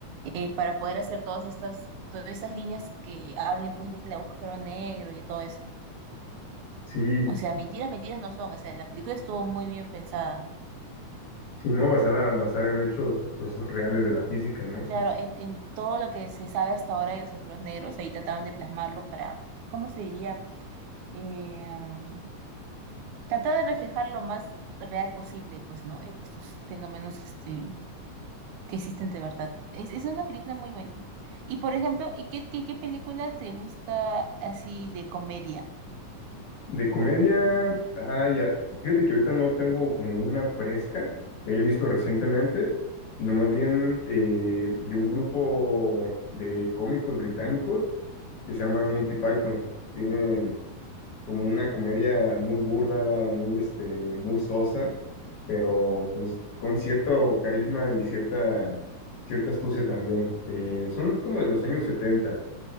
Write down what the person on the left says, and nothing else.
Sí,
Sí, ¿no? Basada, basada en hechos pues reales de la física, ¿no?
De comedia, ah, ya, fíjate que ahorita no tengo como una fresca que haya visto recientemente, sino más bien eh, de un grupo de cómicos británicos que se llaman Monty Python. Tienen como una comedia muy burda, muy, este, muy sosa, pero pues con cierto carisma y cierta, cierta astucia también. Eh, son como de los años 70